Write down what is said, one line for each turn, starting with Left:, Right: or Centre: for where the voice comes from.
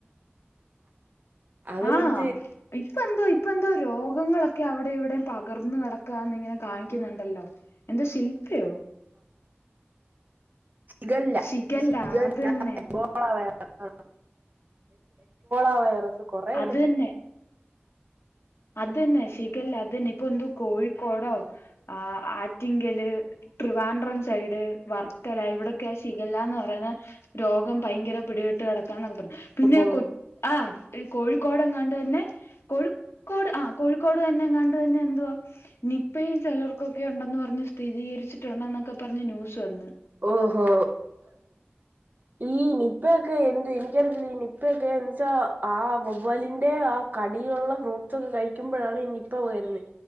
Right: അത്
Left: ആ
Right: കുടിച്ച്
Left: ഇപ്പ എന്തോ ഇപ്പ എന്തോ രോഗങ്ങളൊക്കെ അവിടെ ഇവിടെയും പകർന്ന് കിടക്കാന്ന് ഇങ്ങനെ കാണിക്കുന്നുണ്ടല്ലോ എന്ത ശില്പയോ
Right: സിഗല്ല
Left: ശിഖല്ല
Right: <unintelligible> ല്ലോള
Left: അത് തന്നെ
Right: ആ ആ <unintelligible> വൈറസ് കൊറേയുണ്ട്
Left: അത് തന്നെ അതന്നെ ശിഗല്ല അതന്നെ ഇ പ്പൊ എന്തോ കോഴിക്കോടോ ആ ആറ്റിങ്കല് ട്ട് ദിവാൻഡ്രം സൈഡ് വർക്കല ഇവിടെയൊക്കെ ആ ശിഖല്ലാന്ന് പറയുന്ന രോഗം ഭയങ്കര പിടിവെട്ട് കിടക്കാ എന്നൊക്കെ പറിം പിന്നെ
Right: ഓഹോ
Left: കൊ ആ കോഴി കോടങ്ങാണ്ട് തന്നെ കൊഴു ക്കോട് ആ കോഴിക്കോട് തന്നെ എങ്ങാണ്ട് തന്നെ എന്തുവാ നിപ്പയും ചിലർക്കൊക്കെ ഉണ്ടെന്ന് പറഞ് സ്ഥിരീകരിച്ചിട്ടുണ്ടന്നൊക്കെ പറഞ്ഞ് ന്യൂസ് വന്ന്
Right: ഓഹോ ഈ നിപ്പയൊക്കെ എന്ത് എനിക്കറിയത്തില്ല ഈ നിപ്പയൊക്കെ എന്ന് വെച്ചാ ആ വച്ചാലിന്റെ ആ കടീലുള്ള ഫ്രൂട്ടസ് ഒക്കെ കഴിക്കുമ്പഴാണ് ഈ നിപ്പ വരുന്നെ